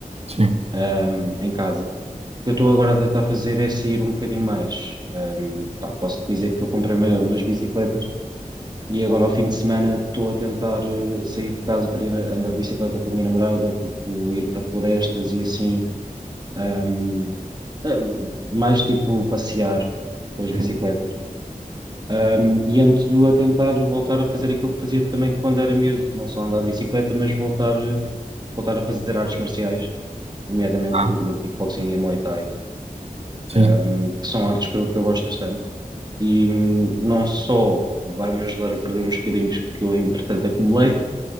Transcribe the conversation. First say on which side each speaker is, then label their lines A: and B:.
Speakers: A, on the right (about 45°); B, on the right (about 30°).
A: Sim,
B: hum, em casa. O que eu estou agora a tentar fazer é sair um bocadinho mais. Hum, pá, posso dizer que eu comprei uma- umas bicicletas e agora ao fim de semana estou a tentar eh, sair de casa para ir andar de bicicleta com a minha namorada, tipo ir para florestas e assim Ahm, eh, mais tipo passear com as bicicletas.
A: sim.
B: Ahm, e ando a tentar voltar a fazer aquilo que fazia também quando era miúdo, não só andar de bicicleta, mas voltar, voltar a fazer artes marciais, nomeadamente
A: Ah,
B: o, o kickboxing e a Muay Thai,
A: sim,
B: ahm, que são artes que eu, que eu gosto bastante. E hum, não só vai-me ajudar a perder uns quilinhos que eu, entretanto, acumulei,